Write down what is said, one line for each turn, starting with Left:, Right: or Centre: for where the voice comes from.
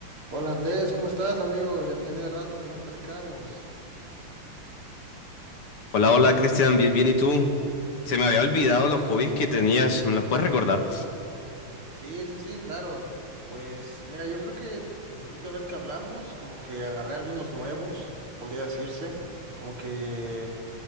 Right: Hola Andrés, ¿cómo estás, amigo? Ya tenía rato que no platicábamos.
Left: Hola, hola Cristian, bien, bien, ¿y tú? Se me había olvidado los hobbies que tenías, ¿me los puedes recordar?
Right: Sí, sí, sí, claro. Pues mira, yo creo que desde la última vez que hablamos, como que agarré algunos nuevos, podría decirse, como que